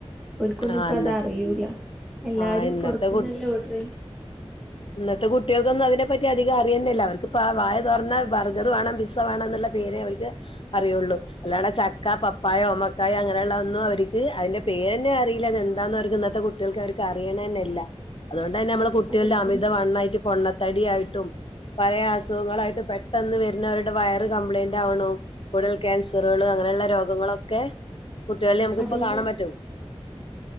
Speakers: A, in the centre; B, on the left.
A: ഓൽക്കൊന്നും
B: ആ
A: ഇപ്പ
B: ഇന്ന
A: അതറിയൂല. എല്ലാരും
B: ആ ഇന്നത്തെ
A: പുറത്തുന്നല്ലേ
B: കുട്ടി
A: ഓർഡർ ചെയ്യും
B: ഇന്നത്തെ കുട്ടികൾക്കൊന്നും അതിനെ പറ്റി അധികം അറിയുന്നില്ല. അവർക്ക്പ്പ പ വായ തുറന്ന ബർഗർ വേണം പി സ വെണെന്നുള്ള പേരെ അവർക്ക് അറിയുള്ളൂ. അല്ലാടെ ചക്ക പപ്പായ ഓമക്കായ അങ്ങനെയുള്ള ഒന്നും അവർക്ക് അതിന്റെ പേര്ന്നെ അറിയില്ല അത് എന്താന്ന് അവർക്ക് ഇന്നത്തെ കു ട്ടികൾക്ക് അവർക്ക് അറിയണ തന്നല്ല. അതുകൊണ്ട് തന്നെ നമ്മള് കുട്ടികളുടെ
A: അതന്നെ
B: അമിതവണ്ണായിട്ട് പൊണ്ണത്തടി ആയിട്ടും പല അസുഖങ്ങളായിട്ട് പെട്ടെന്ന് വരുന്നവരുടെ വയറ് കംപ്ലൈന്റ് ആവണു. കുടൽ ക്യാൻസറുകള് അങ്ങനെയുള്ള രോഗങ്ങളൊക്കെ കുട്ടികളിൽ നമുക്ക്
A: അതന്നെ
B: ഇപ്പൊ കാണാൻ പറ്റും